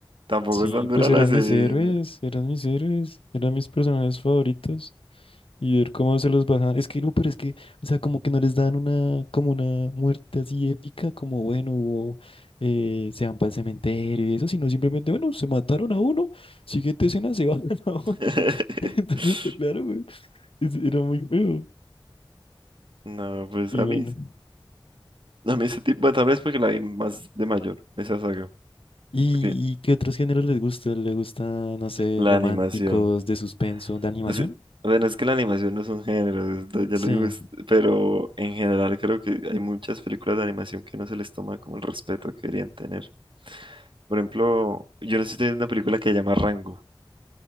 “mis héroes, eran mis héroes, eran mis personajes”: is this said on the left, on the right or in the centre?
Left